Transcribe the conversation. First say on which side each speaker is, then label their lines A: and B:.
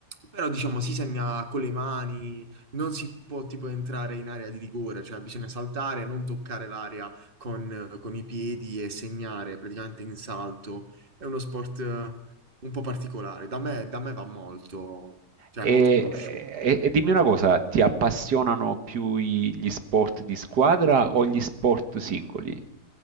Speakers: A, on the right; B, on the right.
A: però, diciamo, si segna con le mani, non si può tipo entrare in area di rigore, cioè bisogna saltare, non toccare l'area con, con i piedi e segnare praticamente in salto. È uno sport eh, un po' particolare. Da me, da me va molto, cioè
B: E,
A: è molto conosciuto.
B: e- e dimmi una cosa, ti appassionano più i- gli sport di squadra o gli sport singoli?